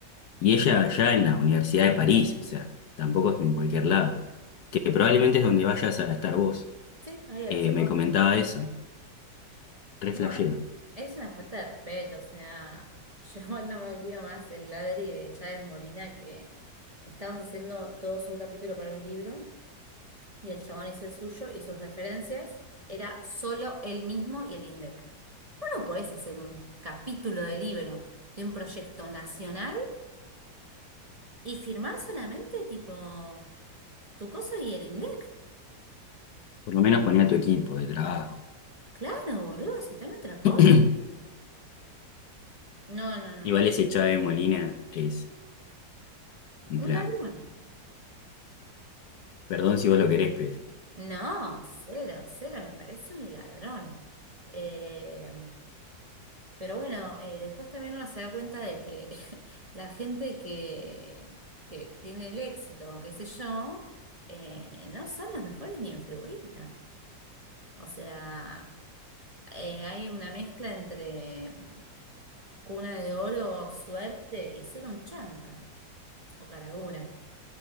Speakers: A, on the left; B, on the right.
A: Y ella allá en la Universidad de París, o sea, tampoco es que en cualquier lado, que probablemente es donde vayas a estar vos
B: Sí, ahí a
A: eh,
B: la Sorbona.
A: me comentaba eso, re
B: No,
A: flashero.
B: es, es una falta de respeto, o sea, yo <laughs> igual no me olvido más el ladri de Chávez Molina que estábamos haciendo todos un capítulo para un libro y el chabón hizo el suyo y sus referencias era solo él mismo y el INDEC. Vos no podés hacer un capítulo de libro de un proyecto nacional y firmar solamente tipo tu cosa y el INDEC.
A: Por lo menos ponía tu equipo de trabajo.
B: Claro, boludo, citame otra
A: <clears throat>
B: cosa. No, no, no,
A: Igual
B: tremendo.
A: ese Chávez Molina es un
B: Un
A: plan.
B: ladrón.
A: Perdón si vos lo querés, pero
B: No, cero, cero, me parece un ladrón. Eh, pero bueno, eh, después también uno se da cuenta de que <laughs> la gente que, que tiene el éxito, o qué sé yo, eh, no son los mejores ni en figurita. O sea, eh, hay una mezcla entre mm, cuna de oro, suerte y ser un chanta o cara dura.